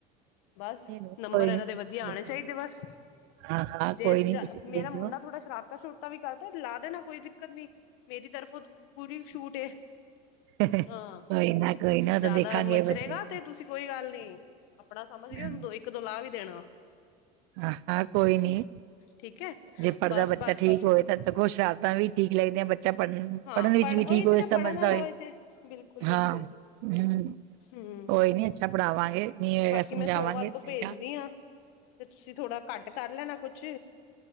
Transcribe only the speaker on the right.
ਨਹੀਂ
ਕੋਈ
ਨੀ
ਤੁਸੀਂ
ਭੇਜੋ।
ਹਾਂ ਹਾਂ
ਕੋਈ ਨੀ
ਤੁਸੀਂ
ਭੇਜੋ।
ਕੋਈ
ਨਾ ਕੋਈ ਨਾ ਉਹ
ਤਾਂ ਦੇਖਾਂਗੇ
ਬੱਚੇ
ਹਾਂ
ਹਾਂ ਹਾਂ ਕੋਈ ਨਹੀਂ
ਜੇ ਪੜ੍ਹਦਾ
ਬੱਚਾ
ਠੀਕ ਹੋਏ ਤਾਂ ਸਗੋਂ ਸ਼ਰਾਤ ਤਾਂ ਵੀ ਠੀਕ ਲੱਗਦੀਆਂ ਬ ਬੱਚਾ ਪੜ੍ਹਨ
ਪੜ੍ਹਨ ਵਿੱਚ
ਵੀ ਠੀਕ
ਹੋਏ
ਸਮਝਦਾ
ਹੋਏ
ਹਾਂ ਹੂੰ।
ਕੋਈ ਨਹੀਂ ਅੱਛਾ ਪੜ੍ਹਾਵਾਂਗੇ ਨਹੀਂ ਹੋਏਗਾ
ਸਮਝਾਵਾਂਗੇ
ਚੰਗਾ।